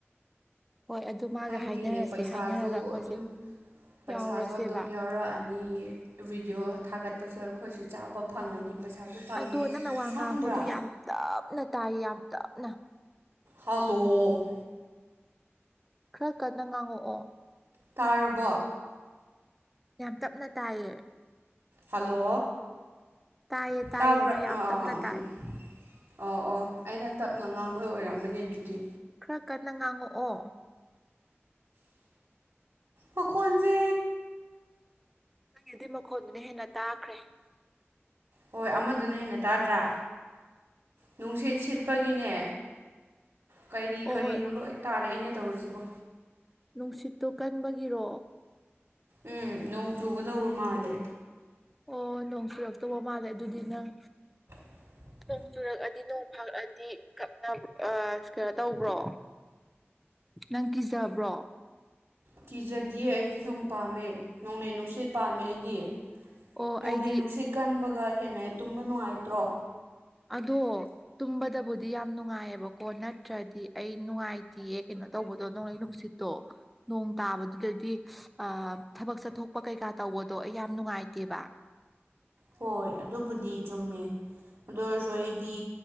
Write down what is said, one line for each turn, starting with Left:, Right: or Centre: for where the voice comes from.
Centre: ꯍꯣꯏ ꯑꯗꯨ ꯃꯥꯒ
Right: ꯍꯥꯏꯗꯤꯅꯦ
Centre: ꯍꯥꯏꯅꯔꯁꯦ
Right: ꯄꯩꯁꯥꯁꯨ
Centre: ꯍꯥꯏꯅꯔꯒ ꯑꯩꯈꯣꯏꯁꯦ
Right: ꯑꯗꯨꯝ
Centre: ꯌꯥꯎꯔꯁꯦꯕ
Right: ꯄꯩꯁꯥꯁꯨ ꯑꯗꯨꯝ ꯌꯥꯎꯔꯛꯑꯅꯤ ꯕꯤꯗꯤꯑꯣ ꯊꯥꯒꯠꯄꯁꯨ ꯑꯩꯈꯣꯏꯁꯨ ꯆꯥꯕ ꯐꯪꯉꯅꯤ ꯄꯩꯁꯥꯁꯨ ꯐꯪꯉꯅꯤ
Centre: ꯑꯗꯣ ꯅꯪꯅ ꯋꯥ
Right: ꯁꯝꯗ꯭ꯔꯥ
Centre: ꯉꯥꯡꯕꯗꯣ ꯌꯥꯝ ꯇꯞꯅ ꯇꯥꯏꯌꯦ ꯌꯥꯝ ꯇꯞꯅ
Right: ꯍꯜꯂꯣ
Centre: ꯈꯔ ꯀꯟꯅ ꯉꯥꯡꯉꯛꯑꯣ
Right: ꯇꯥꯔꯕꯣ
Centre: ꯌꯥꯝ ꯇꯞꯅ ꯇꯥꯏꯌꯦ
Right: ꯍꯜꯂꯣ
Centre: ꯇꯥꯏꯌꯦ ꯇꯥꯏꯌꯦ
Right: ꯇꯥꯕ꯭ꯔꯥ
Centre: ꯑꯗꯨ ꯌꯥꯝ
Right: ꯑꯥ
Centre: ꯇꯞꯅ
Right: ꯑꯥ
Centre: ꯇꯥꯏ
Right: ꯎꯝ ꯎꯝ ꯑꯣ ꯑꯣ ꯑꯩꯅ ꯇꯞꯅ ꯉꯥꯡꯕꯩ ꯑꯣꯏꯔꯝꯃꯅꯤ ꯑꯗꯨꯗꯤ
Centre: ꯈꯔ ꯀꯟꯅ ꯉꯥꯡꯉꯛꯑꯣ
Right: ꯃꯈꯣꯟꯖꯦ
Centre: ꯅꯪꯒꯤꯗꯤ ꯃꯈꯣꯟꯗꯨꯅ ꯍꯦꯟꯅ ꯇꯥꯈ꯭ꯔꯦ
Right: ꯍꯣꯏ ꯑꯃꯗꯨꯅ ꯍꯦꯟꯅ ꯇꯥꯗ꯭ꯔꯥ ꯅꯨꯡꯁꯤꯠ ꯁꯤꯠꯄꯒꯤꯅꯦ ꯀꯔꯤ
Centre: ꯑꯣ
Right: ꯀꯔꯤꯅꯣ ꯂꯣꯏ ꯇꯥꯔꯛꯏꯅꯦ ꯇꯧꯔꯤꯁꯤꯕꯣ
Centre: ꯅꯨꯡꯁꯤꯠꯇꯨ ꯀꯟꯕꯒꯤꯔꯣ
Right: ꯎꯝ ꯅꯣꯡ ꯆꯨꯒꯗꯧꯕ ꯃꯥꯜꯂꯦ
Centre: ꯑꯣ ꯅꯣꯡ ꯆꯨꯔꯛꯇꯧꯕ ꯃꯥꯜꯂꯦ ꯑꯗꯨꯗꯤ ꯅꯪ
Right: <inaudible>
Centre: ꯅꯣꯡ ꯆꯨꯔꯛꯑꯗꯤ ꯅꯣꯡ ꯐꯥꯛꯑꯗꯤ ꯀꯞꯅ ꯑꯥ ꯀꯩꯅꯣ ꯇꯧꯕ꯭ꯔꯣ ꯅꯪ ꯀꯤꯖꯕ꯭ꯔꯣ
Right: ꯀꯤꯖꯗꯤꯌꯦ ꯑꯩꯗꯤ ꯅꯣꯡ ꯄꯥꯝꯃꯦ ꯅꯣꯡꯂꯩ ꯅꯨꯡꯁꯤꯠ ꯄꯥꯝꯃꯦ ꯑꯩꯗꯤ
Centre: ꯑꯣ
Right: ꯅꯣꯡꯂꯩ
Centre: ꯑꯩꯗꯤ
Right: ꯅꯨꯡꯁꯤꯠ ꯀꯟꯕꯒ ꯍꯦꯟꯅ ꯇꯨꯝꯕ ꯅꯨꯡꯉꯥꯏꯇ꯭ꯔꯣ
Centre: ꯑꯗꯣ ꯇꯨꯝꯕꯗꯕꯨꯗꯤ ꯌꯥꯝ ꯅꯨꯡꯉꯥꯏꯌꯦꯕꯀꯣ ꯅꯠꯇ꯭ꯔꯗꯤ ꯑꯩ ꯅꯨꯡꯉꯥꯏꯇꯦꯌꯦ ꯀꯩꯅꯣ ꯇꯧꯕꯗꯣ ꯅꯣꯡꯂꯩ ꯅꯨꯡꯁꯤꯠ ꯇꯣ ꯅꯣꯡ ꯇꯥꯕꯗꯨꯗꯗꯤ ꯑ ꯊꯕꯛ ꯆꯠꯊꯣꯛꯄ ꯀꯩꯀꯥ ꯇꯧꯕꯗꯣ ꯑꯩ ꯌꯥꯝ ꯅꯨꯡꯉꯥꯏꯇꯦꯕ
Right: ꯍꯣꯏ ꯑꯗꯨꯕꯨꯗꯤ ꯆꯨꯝꯃꯦ ꯑꯗꯨ ꯑꯣꯏꯔꯁꯨ ꯑꯩꯗꯤ